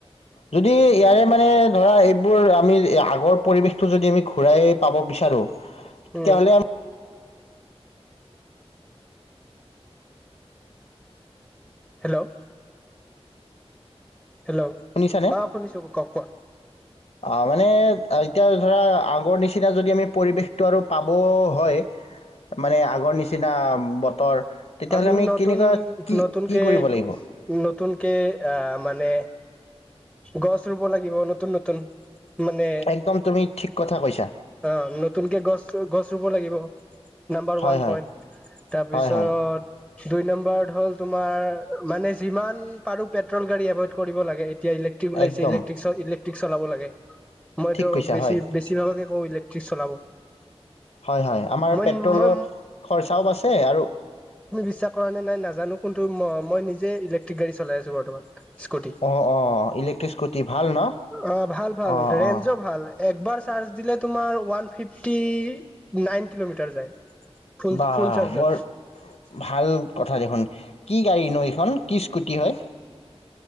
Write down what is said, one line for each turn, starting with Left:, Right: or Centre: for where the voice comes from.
Left: যদি ইয়াৰে মানে ধৰা এইবোৰ আমি আগৰ পৰিৱেশটো যদি আমি ঘূৰাই পাব বিচাৰোঁ
Centre: উ
Left: তেতিয়াহ'লে আমি
Centre: হেল্ল' হেল্ল'
Left: শুনিছানে?
Centre: অ শুনিছো কওক কোৱা
Left: অ মানে এতিয়া ধৰা আগৰ নিচিনা যদি আমি পৰিৱেশটো আৰু পাব হয় মানে আগৰ নিচিনা বতৰ তেতিয়াহ'লে
Centre: আমি নতুন
Left: কেনেকুৱা কি
Centre: নতুনকে
Left: কি কৰিব লাগিব?
Centre: নতুনকে আহ মানে গছ ৰুব লাগিব নতুন নতুন মানে
Left: একদম তুমি ঠিক কথা কৈছা।
Centre: অ নতুনকে গছ গছ ৰুব লাগিব নাম্বাৰ
Left: হয়,
Centre: ওৱান
Left: হয়।
Centre: পইণ্ট তাৰপিছত
Left: হয়, হয়।
Centre: দুই নম্বৰত হ'ল তোমাৰ মানে যিমান পাৰো পেট্ৰল গাড়ী এভইড কৰিব লাগে এয়া ইলে্টিক লাইছে
Left: একদম।
Centre: ইলেক্ৰিক িক <unintelligible> চলাব লাগে মইতো
Left: ঠিক কৈছা
Centre: বেছি
Left: হয়
Centre: বেছি নালকে অ ইলেক্ট্ৰিক চলাব
Left: হয় হয় আমাৰ
Centre: মই
Left: পেট্ৰলৰ
Centre: মই
Left: খৰচাও বাছে আৰু
Centre: ইচ্ছা কৰা নে নাই নাজানো কিন্তু মই নিজে ইলেক্ট্ৰিক গাড়ী চলাই আছো বৰ্তমান স্কুটি
Left: অ অ ইলেক্ট্ৰিস্কুটি ভাল ন
Centre: অ ভাল ভাল
Left: অ
Centre: ৰেঞ্জো
Left: অ
Centre: ভাল একবাৰ চাৰ্জ দিলে তোমাৰ ওৱান ফিফটি নাইন মিট যায় ফ
Left: বা
Centre: ফুল চাৰজত
Left: বৰ ভাল কথা দেখোন কি গাড়ী ন এইখন কি স্কুটি কি হয়